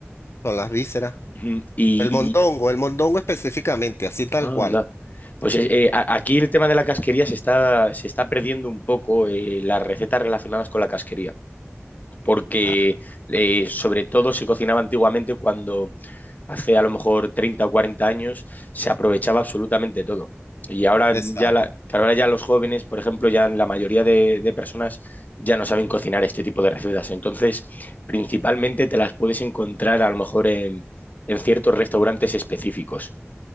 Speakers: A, on the left (about 70°); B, on the left (about 40°).
A: son las vísceras.
B: Ujú. Y,
A: El mondongo,
B: y-
A: el mondongo específicamente, así tal
B: anda.
A: cual.
B: Pues eh, eh, a- aquí el tema de la casquería se está, se está perdiendo un poco eh, las recetas relacionadas con la casquería, porque
A: Ah,
B: eh, sobre todo se cocinaba antiguamente cuando hace a lo mejor 30 o 40 años se aprovechaba absolutamente todo. Y ahora
A: Exacto.
B: ya, la, que ahora ya los jóvenes, por ejemplo, ya la mayoría de, de personas ya no saben cocinar este tipo de recetas. Entonces, principalmente te las puedes encontrar a lo mejor en, en ciertos restaurantes específicos,